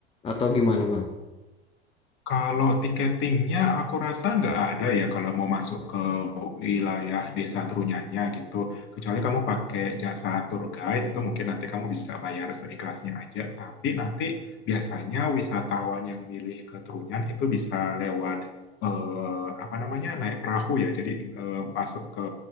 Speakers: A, on the left (about 15°); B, on the left (about 35°).
A: atau gimana, Bang?
B: Kalau tiketingnya aku rasa nggak ada ya kalau mau masuk ke wilayah desa Trunyannya gitu. Kecuali kamu pakai jasa tour guide itu mungkin nanti kamu bisa bayar seikhlasnya aja. Tapi nanti biasanya wisatawan yang milih ke Trunyan itu bisa lewat eh, apa namanya naik perahu ya. Jadi eh, masuk ke